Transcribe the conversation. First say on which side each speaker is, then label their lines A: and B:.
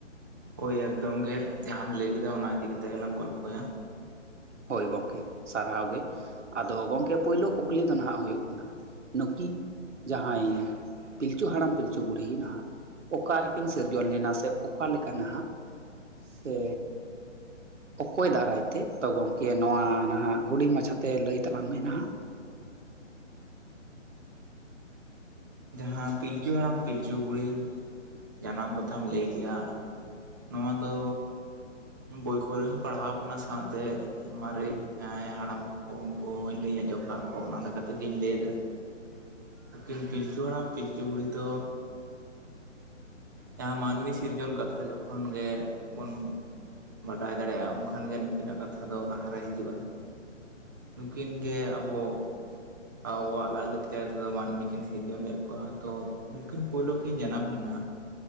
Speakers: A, on the right; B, on the right.
A: ᱦᱚᱭ ᱮᱠᱫᱚᱢ ᱜᱮ ᱡᱟᱦᱟᱸᱢ ᱞᱟᱹᱭ ᱠᱮᱫᱟ ᱚᱱᱟ ᱤᱫᱤ ᱠᱟᱛᱮ ᱜᱮᱞᱟᱝ ᱜᱚᱲᱯᱚᱭᱟ᱾
B: ᱦᱚᱭ ᱜᱚᱝᱠᱮ ᱥᱟᱨᱦᱟᱣ ᱜᱮ ᱟᱫᱚ ᱜᱚᱢᱠᱮ ᱯᱩᱭᱞᱩ ᱠᱩᱠᱞᱤ ᱫᱚ ᱱᱟᱦᱟᱜ ᱦᱩᱭᱩᱜ ᱠᱟᱱᱟ᱾ ᱱᱩᱠᱤᱱ ᱡᱟᱦᱟᱸᱭ ᱯᱤᱞᱪᱩ ᱦᱟᱲᱟᱢ ᱯᱤᱞᱪᱩ ᱵᱩᱰᱷᱤ ᱱᱟᱦᱟᱜ ᱚᱠᱟ ᱨᱮᱠᱤᱱ ᱥᱤᱨᱡᱚᱱ ᱞᱮᱱᱟ ᱥᱮ ᱚᱠᱟ ᱞᱮᱠᱟ ᱱᱟᱦᱟᱜ ᱥᱮ ᱚᱠᱚᱭ ᱫᱟᱨᱟᱭ ᱛᱮ ᱛᱚ ᱜᱚᱝᱠᱮ ᱱᱚᱣᱟ ᱱᱟᱦᱟᱜ ᱦᱩᱰᱤᱧ ᱢᱟᱪᱷᱟ ᱛᱮ ᱞᱟᱹᱭ ᱛᱟᱞᱟᱝ ᱢᱮ ᱱᱟᱦᱟᱜ᱾
A: ᱦᱮᱸ ᱯᱤᱞᱪᱩ ᱦᱟᱲᱟᱢ ᱯᱤᱞᱪᱩ ᱵᱩᱲᱦᱤ ᱡᱟᱱᱟᱢ ᱠᱟᱛᱷᱟᱢ ᱞᱟᱹᱭ ᱠᱮᱜᱼᱟ ᱾ ᱱᱚᱣᱟ ᱫᱚ ᱵᱳᱭ ᱠᱚᱨᱮ ᱦᱚᱸᱧ ᱯᱟᱲᱦᱟᱣ ᱟᱠᱟᱱᱟ ᱥᱟᱶᱛᱮ ᱢᱟᱨᱮ ᱡᱟᱦᱟᱸᱭ ᱦᱟᱲᱟᱢ ᱩᱱᱠᱩ ᱦᱚᱸᱧ ᱞᱟᱹᱭ ᱟᱸᱡᱚᱢ ᱟᱠᱟᱫ ᱠᱚᱣᱟ ᱚᱱᱟ ᱞᱮᱠᱟ ᱛᱮᱜᱤᱧ ᱞᱟᱹᱭᱫᱟ ᱾ ᱟᱹᱠᱤᱱ ᱯᱤᱞᱪᱩ ᱦᱟᱲᱟᱢ ᱯᱤᱞᱪᱩ ᱵᱩᱲᱦᱤ ᱫᱚ ᱡᱟᱦᱟᱸ ᱢᱟᱹᱱᱢᱤ ᱥᱤᱨᱡᱚᱱ ᱠᱟᱛᱷᱟ ᱡᱚᱠᱷᱚᱱ ᱜᱮ ᱵᱚᱱ ᱵᱟᱰᱟᱭ ᱫᱟᱲᱮᱭᱟᱜᱼᱟ ᱩᱱᱠᱷᱟᱱ ᱜᱮ ᱱᱩᱠᱤᱱᱟᱜ ᱠᱟᱛᱷᱟ ᱫᱚ ᱞᱟᱦᱟᱨᱮ ᱦᱤᱡᱩᱜᱼᱟ ᱾ ᱱᱩᱠᱤᱱ ᱜᱮ ᱟᱵᱚ ᱟᱣᱚᱣᱟᱜ ᱞᱟᱭ ᱞᱟᱠᱪᱟᱨ ᱫᱚ ᱢᱟᱹᱱᱢᱤ ᱠᱤᱱ ᱥᱤᱨᱡᱚᱱ ᱞᱮᱜ ᱾ ᱟᱛᱚ ᱩᱱᱠᱤᱱ ᱯᱩᱭᱞᱩ ᱠᱤᱱ ᱡᱟᱱᱟᱢ ᱞᱮᱱᱟ,